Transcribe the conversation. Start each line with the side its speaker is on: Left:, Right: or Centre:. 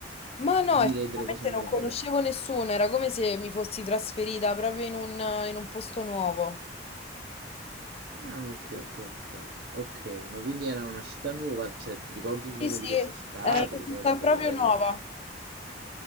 Left: Ma no,
Right: dire
Left: effettivamente
Right: delle cose in
Left: non
Right: metrica.
Left: conoscevo nessuno, era come se mi fossi trasferita proprio in un, in un posto nuovo.
Right: Ah, ok, ok, ok. Ok, ma quindi era una città nuova, cioè ti ricordi il nome
Left: Sì, sì,
Right: di questa città?
Left: era una
Right: Ti ricordi
Left: città
Right: dove
Left: proprio
Right: eri?
Left: nuova.